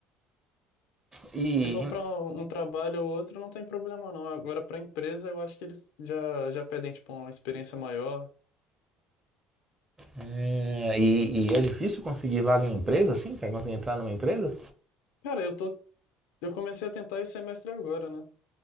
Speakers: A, on the right; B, on the left.
A: E,
B: Se for para um um trabalho ou outro, não tem problema, não. Agora, para empresa, eu acho que eles já, já pedem, tipo, uma experiência maior.
A: é, e, e é difícil conseguir vaga em empresa, assim, cara? Conseguir entrar numa empresa?
B: Cara, eu tô, eu comecei a tentar esse semestre agora, né?